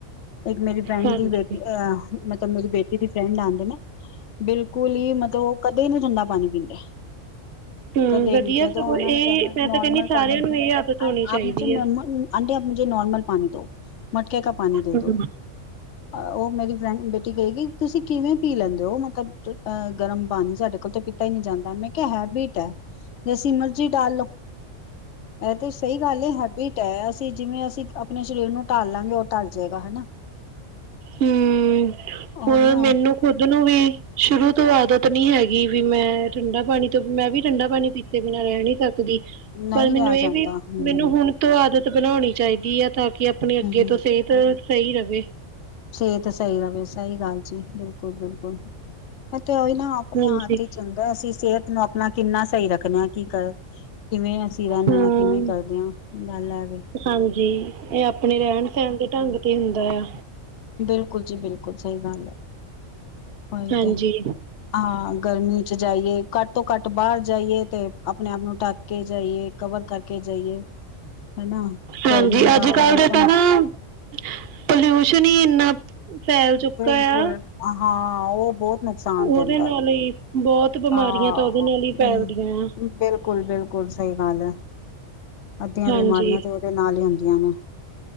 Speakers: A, on the left; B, on the right.
A: ਇੱਕ ਮੇਰੀ ਫਰੈਂਡ
B: ਹਾਂਜੀ-ਹਾਂਜੀ।
A: ਦੀ ਬੇਟੀ ਅ ਮਤਲਬ ਮੇਰੀ ਬੇਟੀ ਦੀ ਫਰੈਂਡ ਆਂਦੇ ਨਾ ਬਿਲਕੁਲ ਹੀ ਮਤਲਬ ਉਹ ਕਦੇ ਠੰਡਾ ਪਾਣੀ ਨਹੀਂ ਪੀਂਦੇ।
B: ਹੂੰ,
A: ਕਦੇ
B: ਵਧੀਆ
A: ਵੀ ਜਦੋਂ
B: ਸਗੋਂ
A: ਉਹਨਾਂ
B: ਇਹ
A: ਨੇ ਕੈਣਾ
B: ਮੈਂ ਤਾਂ
A: ਨੋਰਮਲ
B: ਕਹਿੰਨੀ
A: ਪਾਣੀ
B: ਸਾਰਿਆਂ ਨੂੰ ਇਹ ਆਦਤ ਹੋਣੀ
A: ਆਪ
B: ਚਾਹੀਦੀ
A: ਮੁਝੇ ਨੋਰਮਲ
B: ਐ।
A: ਪਾਣੀ ਆਂਟੀ ਆਪ ਮੁਝੇ ਨੋਰਮਲ ਪਾਣੀ ਦੋ ਮਟਕੇ ਕਾ ਪਾਣੀ ਦੇ
B: ਹੂੰ,
A: ਦੋ। ਉਹ ਮੇਰੀ ਫਰੈਂਡ ਬੇਟੀ ਕਹੇਗੀ ਤੁਸੀਂ ਕਿਵੇਂ ਪੀ ਲੈਂਦੇ ਹੋ। ਅਹ ਗਰਮ ਪਾਣੀ ਸਾਡੇ ਕੋਲ ਤਾਂ ਪੀਤਾ ਹੀ ਨਹੀਂ ਜਾਂਦਾ, ਮੈਂ ਕਿਹਾ ਹੈਬਿਟ ਹੈ ਜੈਸੀ ਮਰਜੀ ਡਾਲ ਲਓ, ਇਹ ਤੇ ਸਹੀ ਗੱਲ ਹੈ, ਹੈਬਿਟ ਢਾਇਆ ਸੀਂ, ਜਿਵੇਂ ਅਸੀਂ ਆਪਣੇ ਸਰੀਰ ਨੂੰ ਢਾਲ ਲਾਂਗੇ, ਉਹ ਢਲ ਜਾਏਗਾ ਹਨਾ।
B: ਹਮ,
A: ਉਹੀ
B: ਹੋਰ
A: ਨਾ
B: ਮੈਨੂੰ ਖੁੱਦ ਨੂੰ ਵੀ ਸ਼ੁਰੂ ਤੋਂ ਆਦਤ ਨੀ ਹੈਗੀ ਵੀ, ਮੈਂ ਠੰਡਾ ਪਾਣੀ ਤੋਂ ਮੈਂ ਵੀ ਠੰਡਾ ਪਾਣੀ ਪੀਤੇ ਬਿਨਾਂ ਰਹਿ ਨੀ ਸਕਦਾ ਦੀ,
A: ਨਹੀਂ
B: ਪਰ
A: ਰਿਹਾ
B: ਮੈਨੂੰ ਇਹ
A: ਜਾਂਦਾ
B: ਵੀ,
A: ਹਮ
B: ਮੈਨੂੰ
A: ਹਮ
B: ਹੁਣ ਤੋਂ ਆਦਤ ਬਣਾਉਣੀ ਚਾਹੀਦੀ ਹੈ ਤਾਂ ਕਿ ਆਪਣੀ ਅੱਗੇ
A: ਹਮ
B: ਤੋਂ ਸਿਹਤ ਸਹੀ ਰਵੇ।
A: ਸਿਹਤ ਸਹੀ ਰਹੇ, ਸਹੀ ਗੱਲ ਜੀ, ਬਿਲਕੁਲ, ਬਿਲਕੁਲ ਤੇ ਉਹੀ ਨਾ ਆਪਣੇ
B: ਹਾਂਜੀ
A: ਹੱਥ 'ਚ ਹੁੰਦਾ, ਅਸੀਂ ਸਿਹਤ ਨੂੰ ਆਪਣਾ ਕਿੰਨਾ ਸਹੀ ਰੱਖਣੇ ਹਾਂ ਕੀ ਕਰ ਕਿਵੇਂ ਅਸੀਂ ਰਹਿੰਦੇ
B: ਹੂੰ
A: ਹਾਂ, ਕਿਵੇਂ ਕਰਦੇ ਹਾਂ, ਗੱਲ ਐਵੇ।
B: ਹਾਂਜੀ, ਇਹ ਆਪਣੇ ਰਹਿਣ- ਸਹਿਣ ਦੇ ਢੰਗ ਤੇ ਹੁੰਦਾ ਆ।
A: ਬਿਲਕੁਲ ਜੀ ਬਿਲਕੁਲ, ਸਹੀ ਗੱਲ ਹੈ, ਉਹੀ
B: ਹਾਂਜੀ
A: ਤੇ ਹਾਂ, ਗਰਮੀ 'ਚ ਜਾਈਏ, ਘੱਟ ਤੋਂ ਘੱਟ ਬਾਹਰ ਜਾਈਏ ਤੇ ਆਪਣੇ ਆਪ ਨੂੰ ਢਕ ਕੇ ਜਾਈਏ, ਕਵਰ ਕਰਕੇ ਜਾਈਏ, ਹਨਾ।
B: ਹਾਂਜੀ,
A: ਗਰਮੀ ਦਾ
B: ਅੱਜ- ਕੱਲ
A: ਮੌਸਮ
B: ਦੇ ਤਾਂ ਨਾ ਪੋਲਿਊਸ਼ਨ ਹੀ ਇੰਨਾ, ਫੈਲ ਚੁੱਕਾ
A: ਬਿਲਕੁਲ
B: ਆ।
A: ਹਾਂ, ਉਹ ਬਹੁਤ ਨੁਕਸਾਨ
B: ਉਹਦੇ
A: ਦਿੰਦਾ
B: ਨਾਲ ਹੀ, ਬਹੁਤ ਬਿਮਾਰੀਆਂ
A: ਹਾਂ
B: ਤਾਂ ਉਹਦੇ
A: ਹੂੰ।
B: ਨਾਲ ਹੀ ਫੈਲਦੀਆਂ ਆ।
A: ਬਿਲਕੁਲ, ਬਿਲਕੁਲ, ਸਹੀ ਗੱਲ ਹੈ, ਅੱਧੀਆਂ
B: ਹਾਂਜੀ
A: ਬਿਮਾਰੀਆਂ ਤੇ ਉਹਦੇ ਨਾਲ ਹੀ ਹੁੰਦੀਆਂ ਨੇ।